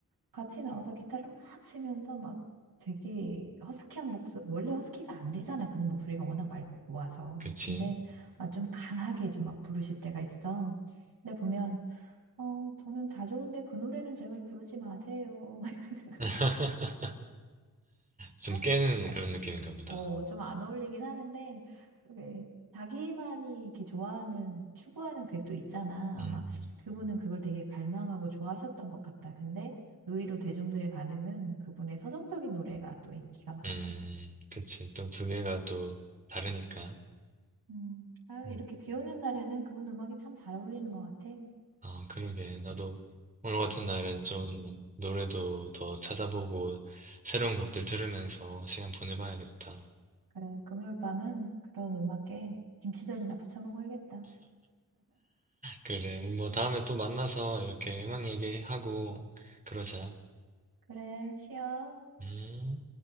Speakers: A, on the right; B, on the right.
A: 같이 나와서 기타를 막 치면서 막 되게 허스키한 목소리 원래 허스키가 안 되잖아 그분 목소리가 워낙 맑고 고와서
B: 그치.
A: 근데 막 좀 강하게 좀 막 부르실 때가 있어 근데 보면 어 저는 다 좋은데 그 노래는 제발 부르지 마세요 <laughs> 막 이런 생각이
B: <laughs>
A: 들어
B: 좀
A: <laughs>
B: 깨는 그런 느낌인가 보다.
A: 어, 좀 안 어울리긴 하는데, 왜, 자기만이 이렇게 좋아하는, 추구하는 그게 또 있잖아.
B: 음,
A: 아마 그분은 그걸 되게 갈망하고 좋아하셨던 것 같다. 근데 의외로 대중들의 반응은 그분의 서정적인 노래가 또 인기가 많았던
B: 음,
A: 거지.
B: 그치. 또 두 개가 또 다르니까.
A: 음, 아유,
B: 음.
A: 이렇게 비 오는 날에는 그분 음악이 참 잘 어울리는 것 같아.
B: 어, 그러게. 나도 오늘 같은 날은 좀 노래도 더 찾아보고 새로운 곡들 들으면서 시간 보내봐야겠다.
A: 그래, 금요일 밤은 그런 음악에 김치전이나 부쳐 먹어야겠다.
B: 그래. 우리 뭐 다음에 또 만나서 이렇게 음악 얘기하고 그러자.
A: 그래, 쉬어.
B: 음.